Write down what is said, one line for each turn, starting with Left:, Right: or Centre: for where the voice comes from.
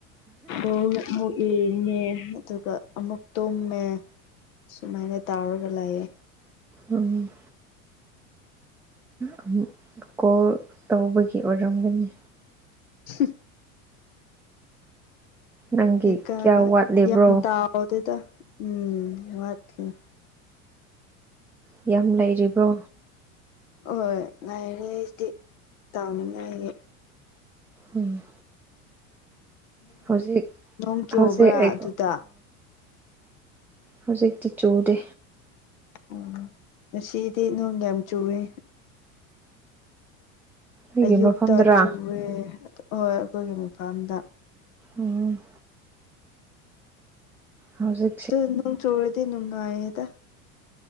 Left: ꯑꯣ ꯍꯧ ꯏꯡꯉꯦ ꯑꯗꯨꯒ ꯑꯃꯨꯛ ꯇꯨꯝꯃꯦ ꯁꯨꯃꯥꯏꯅ ꯇꯧꯔꯒ ꯂꯥꯛꯌꯦꯦ
Centre: ꯎꯝ ꯑꯕꯨ ꯀꯣꯜ ꯇꯧꯕꯒꯤ ꯑꯣꯏꯔꯝꯒꯅꯤ
Left: ꯍ
Centre: ꯅꯪꯒꯤ
Left: ꯀꯥ
Centre: ꯀꯌꯥ ꯋꯥꯠꯂꯤꯕ꯭ꯔꯣ
Left: ꯌꯥꯝ ꯇꯥꯎꯗꯦꯗ ꯎꯝ ꯋꯥꯠꯂꯤꯦ
Centre: ꯌꯥꯝ ꯂꯩꯔꯤꯕ꯭ꯔꯣ
Left: ꯍꯣꯏꯣꯏ ꯉꯥꯏꯔꯦꯗꯤ ꯇꯥꯎꯅꯤꯉꯥꯏꯌꯦ
Centre: ꯎꯝ ꯍꯧꯖꯤꯛ
Left: ꯅꯣꯡ ꯆꯨꯕ꯭ꯔꯥ
Centre: ꯍꯧꯖꯤꯛ ꯑꯩ
Left: ꯑꯗꯨꯗ
Centre: ꯍꯧꯖꯤꯛꯇꯤ ꯆꯨꯗꯦ
Left: ꯎꯝ ꯉꯁꯤꯗꯤ ꯅꯣꯡ ꯌꯥꯝ ꯆꯨꯏ
Centre: ꯑꯩꯒꯤ
Left: ꯑꯌꯨꯛꯇ
Centre: ꯃꯐꯝꯗꯔꯥ
Left: ꯆꯨꯔꯦ ꯍꯣꯏ ꯑꯩꯈꯣꯏꯒꯤ ꯃꯄꯥꯝꯗ
Centre: ꯎꯝ ꯍꯧꯖꯤ
Left: ꯇ ꯅ ꯆꯧꯔꯗꯤ ꯅꯅꯨꯡꯅꯉꯌꯦ ꯇ